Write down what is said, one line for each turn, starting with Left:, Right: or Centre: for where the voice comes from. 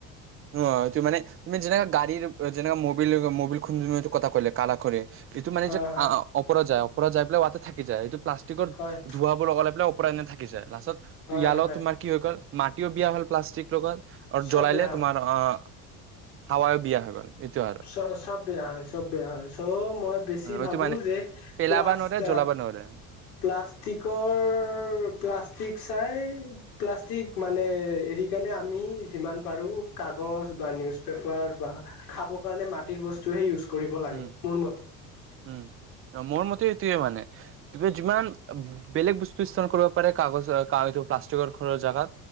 Right: অ, এইটো মানে তুমি যেনেকা গাড়ীৰ যেনেকে মৌবিল মৌবিল খুন এইটো কথা কলে কালা কৰে। এইটো মানে
Left: হয়
Right: যে অপৰাজায়ক পোৱা যাই পেলায় থাকি যায় এইটো প্লাষ্টিকৰ
Left: হয়
Right: ধোঁৱাবোৰ লগ লাই পোৰণনে থাকি যায় লাষ্টত
Left: হয়
Right: ইয়াৰ
Left: হয় হয়
Right: লগত
Left: হয়
Right: তোমাৰ কি হৈ গ'ল মাটিও বিয়া হ'ল প্লাষ্টিক লগত আৰু
Left: চ'ব
Right: জ্বলালে
Left: বে'হাল
Right: তোমাৰ অ হাৱায়ো বিয়া হৈ গ'ল এইটো আৰু
Left: চ চ'ব বেয়া হয় চ'ব বেয়া হয় চ' মই বেছি
Right: এইটো
Left: ভাবো
Right: মানে
Left: যে
Right: পেলাবা
Left: প্লাষ্ট
Right: নোৱাৰে জ্বলাবা নোৱাৰে
Left: প্লাষ্টিকৰ প্লাষ্টিক চাই প্লাষ্টিক মানে এৰি কাৰণে আমি যিমান পাৰো কাগজ বা নিউজ পেপাৰ বা খাব কাৰণে মাটিৰ বস্তুহে ইউজ কৰিব লাগে
Right: উম।
Left: মোৰ মতে
Right: উম, মোৰ মতে মানে তুমি যিমান বেলেগ বস্তু স্তৰান কৰিব পাৰে কাগজ প্লাষ্টিকৰৰ জেগাত